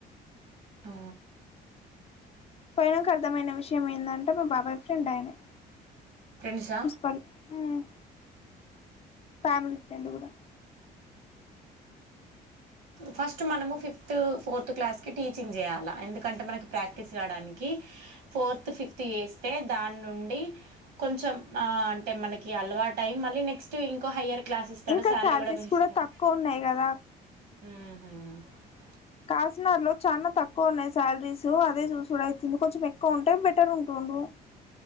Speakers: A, on the right; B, on the left.
A: ఆ
B: పోయినాక అర్థమైన విషయం ఏందంటే మా బాబాయ్ ఫ్రెండ్ ఆయనే
A: ఫ్రెండ్సా
B: ఆ ఫ్యామిలీ ఫ్రెండ్ కూడా
A: ఫస్ట్ మనము ఫిఫ్త్ ఫోర్త్ క్లాస్కి టీచింగ్ చేయాలా ఎందుకంటే మనకి ప్రాక్టీస్ కాడానికి ఫోర్త్ ఫిఫ్త్ చేస్తే దాని నుండి కొంచెం ఆ అంటే మనకి అలవాటై మళ్ళీ నెక్స్ట్ ఇంకో హైయర్ క్లాస్ ఇస్తాడు
B: ఇంకా
A: శాలరీ
B: శాలరీస్
A: కూడా పెంచుతారు
B: తక్కువ ఉన్నాయి కదా
A: ఉహు
B: కాసజ్ నగర్ లో చాలా తక్కువ ఉన్నాయి శాలరీస్ అదే చూసూడు అయితుంది కొంచెం ఎక్కువ ఉంటే బెటర్ ఉంటుండు